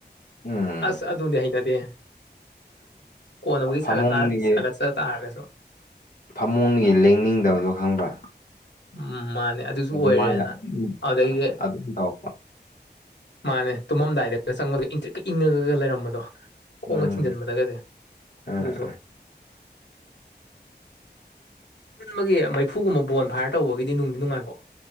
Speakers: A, on the left (about 50°); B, on the left (about 80°).
A: ꯎꯝ
B: ꯑꯁ ꯑꯗꯨꯗꯤ ꯍꯩꯅꯗꯦꯍꯦ ꯀꯣꯟꯅꯕꯨꯗꯤ
A: ꯐꯃꯨꯡꯒꯤ
B: ꯁꯥꯒꯠꯇ ꯁꯥꯒꯠꯆ ꯇꯥꯔꯒꯁꯨ
A: ꯐꯃꯨꯡꯗꯒꯤ ꯂꯦꯡꯅꯤꯡꯗꯕꯗꯣ ꯈꯪꯕ꯭ꯔꯥ
B: ꯎꯝ ꯃꯥꯟꯅꯦ ꯑꯗꯨꯖꯨ
A: ꯑꯗꯨꯃꯥꯏꯅ
B: ꯑꯣꯏꯔꯦꯅ
A: ꯑꯗꯨꯝ
B: ꯑꯗꯒꯤ
A: ꯑꯗꯨꯝ ꯇꯧꯕ
B: ꯃꯥꯟꯅꯦ ꯇꯨꯝꯃꯝꯗꯥꯏꯗ ꯆꯪꯕꯗ ꯏꯪꯇ꯭ꯔꯤꯛꯀ ꯏꯪꯉꯒ ꯂꯩꯔꯝꯕꯗꯣ ꯈꯣꯡꯒ
A: ꯎꯝ
B: ꯊꯤꯡꯖꯤꯟꯕꯗ <unintelligible>
A: ꯎꯝ
B: ꯑꯗꯨꯖꯨ ꯄꯨꯟꯕꯒꯤ ꯃꯩꯐꯨꯒꯨꯝꯕ ꯕꯣꯟ ꯐꯥꯏꯌꯔ ꯇꯧꯕꯒꯤꯗꯤ ꯅꯨꯡꯗꯤ ꯅꯨꯡꯉꯥꯏꯀꯣ